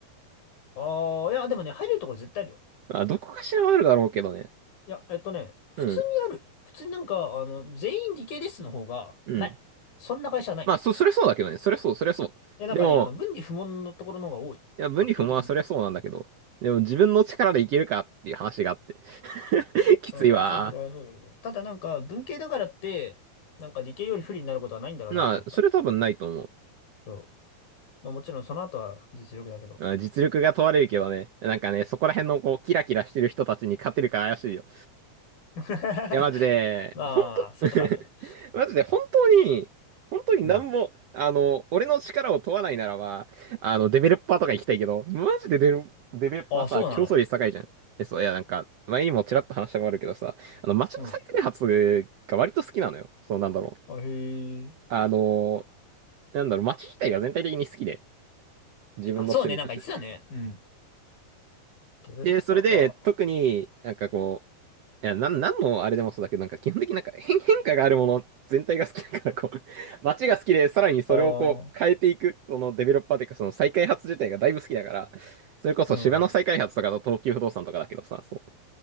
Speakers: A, on the left; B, on the right.
A: ああ、いや、でもね、入れるところ絶対あるよ。
B: まあ、どこかしらはあるだろうけどね。
A: いや、えっとね、普通にある。
B: うん、
A: 普通になんか、あの、全員理系ですの方が、
B: うん。
A: ない。そんな会社はない。
B: まあ、
A: い
B: そ、それそうだけどね、それそう、それそう。
A: や、なんかね、
B: でも、
A: あの、文理不問のところの方が多い。
B: いや、分離不毛はそれそうなんだけど、
A: 圧倒的に。
B: でも自分の力でいけるかっていう話があって。<laughs> きついわ。
A: うん、もちろんそれはそうだけど。ただなんか、文系だからって、なんか理系より不利になることはないんだろうなって思った。
B: まあ、それ多分ないと思う。
A: そう。まあもちろんその後は実力だけど。
B: まあ実力が問われるけどね。なんかね、そこら辺のこう、キラキラしてる人たちに勝てるか怪しいよ。
A: <laughs>
B: いや、マジで、
A: まあ、
B: 本当
A: そういうとこあるよな。
B: <laughs> マジで、本当に、本当になんも、
A: うん。
B: あの、俺の力を問わないならば、あの、デベロッパーとか行きたいけど、マジでデベロ、デベロッパーさ、
A: あ、そうなの。
B: 競争率高いじゃん。え、そう、いや、なんか、前にもちらっと話したことあるけどさ、あの、街の再開発が割と好きなのよ。
A: うん。
B: そう、なんだろう。
A: あ、へえ。
B: あの、なんだろう、街自体が全体的に好きで、自分の趣味として。
A: あ、そうね。なんか言ってたね。うん。デベロッパーか。
B: で、それで、特になんかこう、いや、なん、なんのあれでもそうだけど、なんか基本的になんか変、変化があるもの全体が好きだから、こう、<laughs> 街が好きで、さらにそれをこう変えていく、
A: ああ。
B: そのデベロッパーというか、その再開発自体がだいぶ好きだから、それこそ芝の再開発とかの東急不動産とかだけどさ、
A: うん。
B: そ